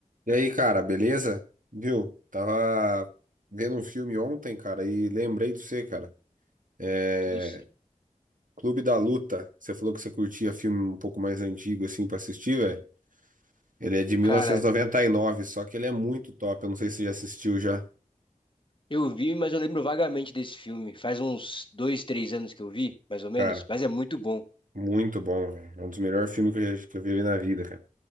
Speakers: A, on the right (about 80°); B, on the left (about 40°).
A: E aí, cara, beleza? Viu? Tava vendo um filme ontem, cara, e lembrei de você, cara. É...
B: Tudo certo.
A: Clube da Luta. Você falou que você curtia filme um pouco mais antigo, assim, pra assistir, velho. Ele é de mil
B: Cara,
A: novecentos e e noventa e nove, só que ele é muito top. Eu não sei se você já assistiu já.
B: eu vi, mas eu lembro vagamente desse filme. Faz uns dois, três anos que eu vi, mais ou menos.
A: Cara,
B: Mas é muito bom.
A: muito bom, velho. É um dos melhores filmes que eu, já- que eu vi na vida, cara.